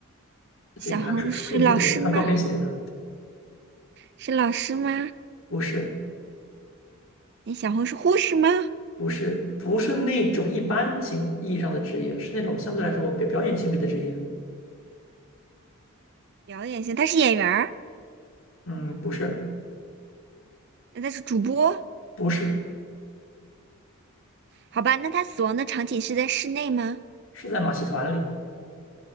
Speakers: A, on the right; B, on the left.
A: 小红是老师吗？
B: 警察出出警是怎么能穿高跟鞋呢？
A: 是老师吗？
B: 不是，
A: 那小红是护士吗？
B: 不是，不是那种一般情意义上的职业，是那种相对来说表表演性质的职业。
A: 表演型，她是演员儿，
B: 嗯，不是。
A: 那她是主播，
B: 不是，
A: 好吧？那她死亡的场景是在室内吗？
B: 是在马戏团里。